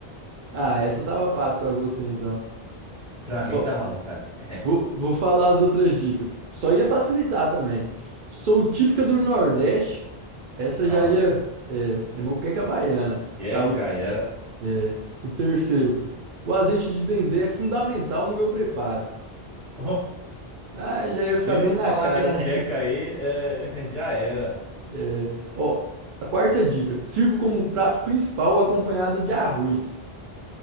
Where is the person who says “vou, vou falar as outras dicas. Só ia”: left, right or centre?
Right